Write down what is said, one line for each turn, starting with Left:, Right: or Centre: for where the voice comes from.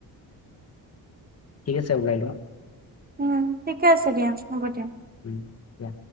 Left: ঠিক আছে উলাই লোৱা।
Right: উম, ঠিকে আছে দিয়া হ'ব দিয়া।
Left: উম, দিয়া।